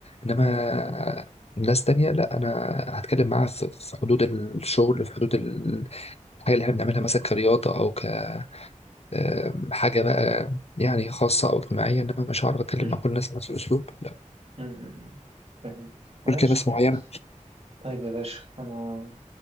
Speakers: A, on the left; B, on the right.
A: انما
B: ده حقيقي
A: ناس تانية لا انا هتكلم معاها في في حدود الشغل في حدود ال- الحاجة اللي احنا بنعملها مثلا كرياضة او ك آم، حاجة بقى يعني خاصة او اجتماعية انما مش هعرف اتكلم
B: مم.
A: مع كل الناس بنفس الاسلوب لا
B: مم. مم. فهمت ماشي
A: ممكن ناس
B: خلاص
A: معينة
B: طيب يا باشا أنا